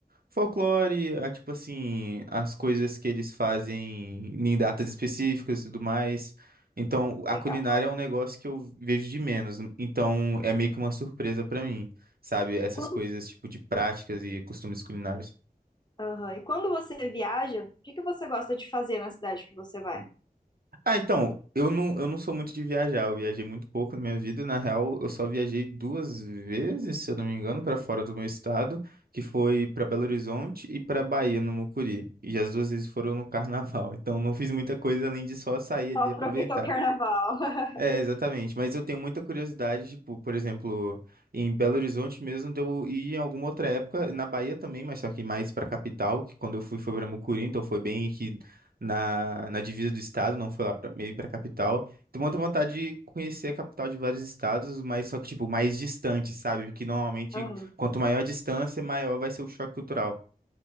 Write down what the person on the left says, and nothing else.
Legal.
Quando,
Aham. E quando você viaja, o que que você gosta de fazer na cidade que você vai?
Só
aproveitou
o carnaval. <laughs>
Aham.